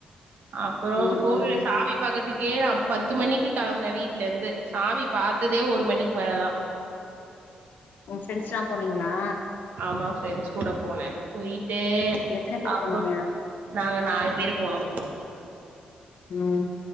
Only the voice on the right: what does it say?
அப்புறோ
கோவில்ல
சாமி பாக்கற துக்கே நா பத்து மணிக்கு கெளம்புன வீட்ல இருந்து சாமி பாத் ததே ஒரு மணிக்கு மேலதா
ஆமா ஃப்ரெண்ட்ஸ் கூட போனே போயி ட்டு
அப்புறோ
நாங்க நாலு பேர் போனோ